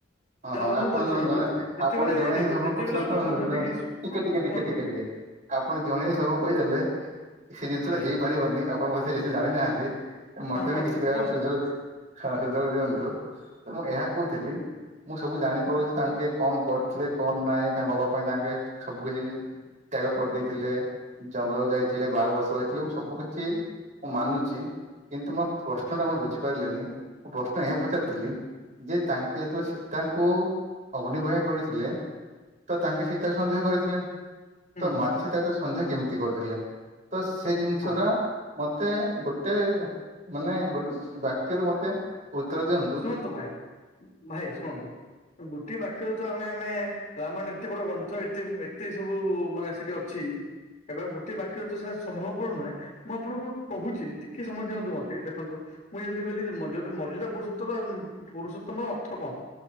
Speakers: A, on the right; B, on the left.
A: ହଁ
B: ତା
A: ହଁ
B: ମୁଁ
A: ଆପଣ
B: କହୁଛି ଶୁଣନ୍ତୁ
A: ଜଣେ
B: ଯେତେବେଳେ
A: ଆପଣ ଜଣେ ହିଁ ସବୁ
B: ଯେତେବେଳେ
A: ଟିକେ
B: ଆପଣ କହୁଛନ୍ତି କି ହଁ
A: ଟିକେ
B: କୁହନ୍ତୁ
A: ଟିକେ ଟିକେ ଟିକେ ଆପଣ ଜଣେଇ ସବୁ କହିଦେଲେ ସେ ଜିନିଷଟା ହେଇପାରିବନି ଆପଣ କିଛି ସେ ବିଷୟରେ ଜାଣିନାହାନ୍ତି। ମତେବି
B: ହଁ କୁହନ୍ତୁ
A: କିଛି କହିବାକୁ
B: କୁହନ୍ତୁ
A: ସୁଯୋଗ ହଁ ସୁଯୋଗ ଦିଅନ୍ତୁ ତ ମୁଁ ଏହା କହୁଥିଲି ମୁଁ ସବୁ ଜାଣିପାରୁଛି ତାଙ୍କେ କଣ କରିଥିଲେ କଣ ନାଇଁ ତାଙ୍କ ବାବା ପାଇଁ ତାଙ୍କେ ସବୁ କିଛି ତ୍ୟାଗ କରିଦେଇଥିଲେ ଜଙ୍ଗଲକୁ ଯାଇଥିଲେ ବାର ବର୍ଷ ରହିଥିଲେ ମୁ ସବୁ କିଛି ମୁଁ ମାନୁଛି କିନ୍ତୁ ମୋ ପ୍ରଶ୍ନଟା କଣ ବୁଝିପାରିଲେନି ମୁଁ ପ୍ରଶ୍ନ ଏହା ପଚାରିଥିଲି ଯେ ତାଙ୍କେ ଯେତେବେଳେ ସୀତାଙ୍କୁ ଅଗ୍ନିିବହା କରଥିଲେ ତ ତାଙ୍କେ ସୀତା ସନ୍ଦେହ କରିଥିଲେ?
B: ହୁଁ
A: ତ ମାତା ସୀତାକୁ ତସନ୍ଦେହ କେମିତି କରୁଥିଲେ ତସେଜିନିଷ
B: ହଁ
A: ଟା ମତେ ଗୋଟେ ମାନେ ଗୋଟେ ବାକ୍ୟରେ ମତେ ଉତ୍ତର ଦିଅ
B: ଶୁଣନ୍ତୁ ଭାଇ ଭାଇ ଶୁଣନ୍ତୁ। ଗୋଟେ ବାକ୍ୟରେତ ଆମେ ଆମେ ରାମାୟଣ ଏତେ ବଡ ଗ୍ରନ୍ଥ ଏତେ ଏତେ ସବୁ ମାନେ ସେଠି ଛି ହେଟାକୁ ଗୋଟିଏ ବାକ୍ୟରେତ ସାର୍ ସମ୍ଭବପର ନୁହେଁ। ମୁଁ ଆପଣଙ୍କୁ କହୁଛି ଟିକେ ସମୟ ଦିଅନ୍ତୁ ମତେ ଦେଖନ୍ତୁ ମୁଁ ଯେମିତି କହିଲିକି ମର୍ଯ୍ୟାଦା ପୁରୁଷ ତମ୍ ପୁରୁଷୋତ୍ତମର ଅର୍ଥ କଣ?